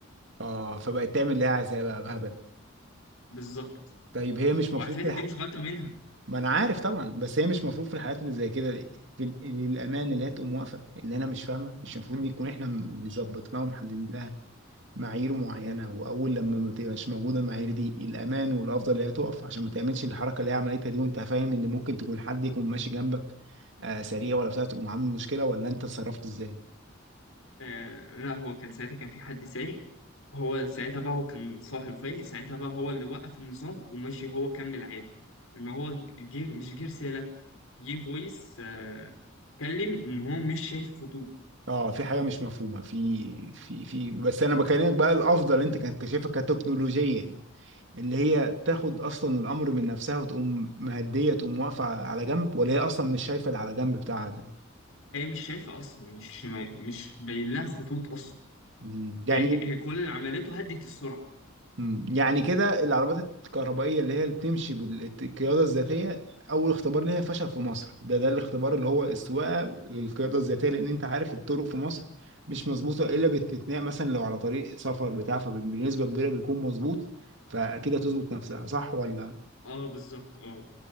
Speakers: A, on the right; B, on the left.
A: اه فبقت تعمل اللي هي عايزاه بقى بهبل
B: بالظبط
A: طيب هي مش
B: وعلى
A: مفروض
B: فكرة
A: في الح...
B: دي مش غلطة منها
A: ما انا عارف طبعا بس هي مش مفروض في الحالات اللي زي كده في ال- الامان اللي هي تقوم واقفه اللي انا مش فاهمه مش المفروض يكون احنا مظبطناها ومحددين لها معايير معينه واول لما ما تبقاش موجوده المعايير دي الامان والافضل اللي هي تقف عشان ما تعملش الحركه اللي هي عملتها دي وانت فاهم ان ممكن تكون حد يكون ماشي جنبك آه سريع ولا بتاع تقوم عامل مشكله ولا انت اتصرفت ازاي
B: آه لا هو كان ساعتها كان في حد سايق هو ساعتها بقى هو كان صاحب فايق ساعتها بقى هو اللي وقف النظام ومشي هو كمل عادي ان هو جه مش جه رسالة جه فويس آه كلم ان هو مش شايف خطوط
A: اه في حاجه مش مفهومه في في في بس انا بكلمك بقى الافضل انت كنت شايفها كتكنولوجيا اللي هي تاخد اصلا الامر من نفسها وتقوم مهديه تقوم واقفه على جنب ولا هي اصلا مش شايفه اللي على جنب بتاعها ده
B: هي مش شايفة اصلا مش ما- مش باين لها خطوط اصلا
A: مم. يعني
B: هي هي كل اللي عملته هدت السرعة
A: مم. يعني كده العربيات الكهربائية اللي هي اللي بتمشي بالقيادة الذاتية أول اختبار ليها فشل في مصر ده ده الاختبار اللي هو السواقة للقيادة الذاتية لأن أنت عارف الطرق في مصر مش مظبوطة إلا باستثناء مثلا لو على طريق سفر بتاع فبنسبة كبيرة بيكون مظبوط فأكيد هتظبط نفسها صح ولا
B: اه بالظبط اه